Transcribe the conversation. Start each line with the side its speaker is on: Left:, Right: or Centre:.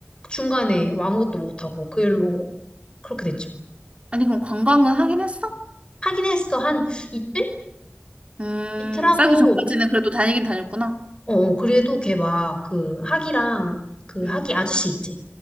Left: 중간에 뭐 아무것도 못하고 그 일로 그렇게 됐죠.
Right: 아니, 그럼 관광은 하긴 했어?
Left: 하긴 했어. 한 이틀?
Right: 음,
Left: 이틀 하고,
Right: 싸기 전까지는 그래도 다니긴 다녔구나.
Left: 어, 어, 그래도 걔 막 그 학이랑 그 학이
Right: 음.
Left: 아저씨 있지.